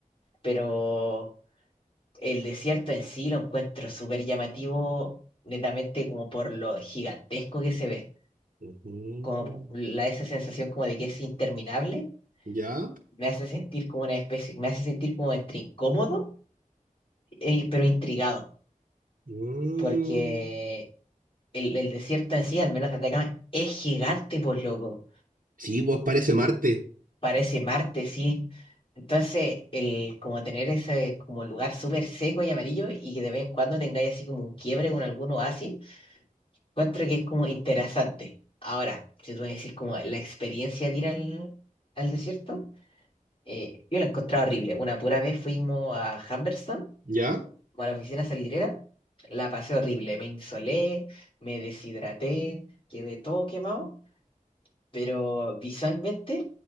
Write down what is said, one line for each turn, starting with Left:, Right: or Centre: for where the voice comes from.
Left: pero el desierto en sí lo encuentro súper llamativo, netamente como por lo gigantesco que se ve,
Right: Ujú.
Left: como po- la, esa sensación como de que es interminable,
Right: ¿Ya?
Left: me hace sentir como una especie, me hace sentir como entre incómodo, eh, pero intrigado.
Right: Mm.
Left: Porque El, el desierto en sí, al menos de Atacama, es gigante, por loco.
Right: Sí, vos parece Marte.
Left: Parece Marte, sí. Entonces, el como tener ese como lugar súper seco y amarillo y que de vez en cuando tengáis así como un quiebre con algún oasis, encuentro que es como interesante. Ahora, si tú me decís como la experiencia de ir al, al desierto, eh, yo la he encontrado horrible. Una pura vez fuimos a Humberston,
Right: ¿Ya?
Left: como a la oficina salitrera la pasé horrible. Me insolé, me deshidraté, quedé todo quemado. pero visualmente